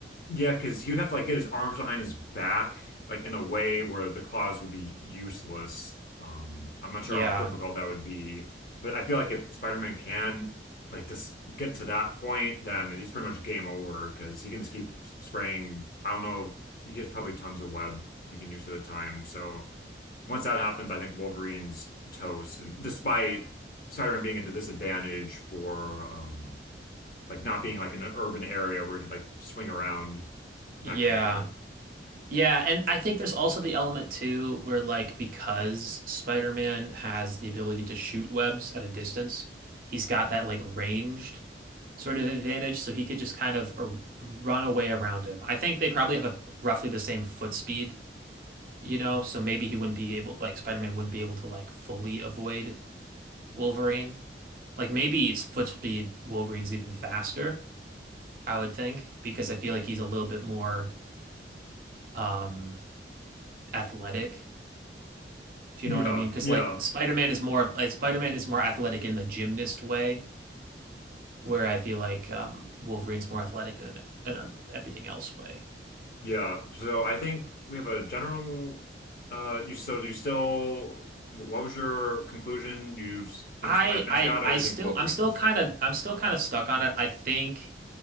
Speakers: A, on the left; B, on the right.
A: Yeah, because he would have to like get his arms behind his back, like in a way where the claws would be useless. Um, I'm not
B: Yeah,
A: sure how difficult that would be, but I feel like if Spider-Man can like just get to that point, then it's pretty much game over because he can just keep spraying. I don't know. He has probably tons of web he can use at a time. So once that happens, I think Wolverine's toast. And despite Spider-Man being at the disadvantage for um, like not being like in an urban area where you can like swing around and
B: Yeah.
A: that kind of thing.
B: Yeah, and I think there's also the element too where like because Spider-Man has the ability to shoot webs at a distance, he's got that like ranged sort of advantage, so he could just kind of r- run away around him. I think they probably have a roughly the same foot speed, you know, so maybe he wouldn't be able like Spider-Man wouldn't be able to like fully avoid Wolverine. Like maybe his foot speed Wolverine's even faster, I would think, because I feel like he's a little bit more um athletic if you
A: Yeah,
B: know what I mean. Because
A: yeah,
B: like Spider-Man is more of like Spider-Man is more athletic in the gymnast way, where I feel like um Wolverine's more athletic in an, in an everything else way.
A: yeah. So I think we have a general. Uh, you so you still. What was your conclusion? You s- think
B: I
A: Spider-Man's
B: I
A: got it,
B: I
A: or you
B: still
A: think Wolverine's?
B: I'm still kind of I'm still kind of stuck on it. I think